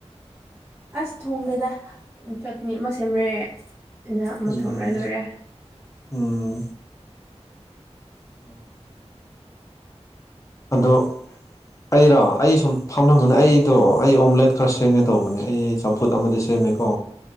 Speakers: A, on the right; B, on the left.
A: ꯑꯁ ꯊꯣꯡꯗꯦꯗ ꯆꯠꯅꯤ ꯑꯃ ꯁꯦꯝꯔꯦ ꯌꯦꯟꯖꯥꯡ ꯑꯃ
B: ꯎꯝ
A: ꯊꯣꯡꯅ ꯂꯣꯏꯔꯦ
B: ꯎꯝ <inaudible> ꯑꯗꯣ ꯑꯩꯔꯣ ꯑꯩ ꯁꯨꯝ ꯐꯝꯅꯕꯅꯦ ꯑꯩꯗꯣ ꯑꯩ ꯑꯣꯝꯂꯦꯠ ꯈꯔ ꯁꯦꯝꯒꯦ ꯇꯧꯕꯅꯦ ꯑꯩ ꯆꯝꯐꯨꯠ ꯑꯃꯗꯤ ꯁꯦꯝꯃꯦꯀꯣ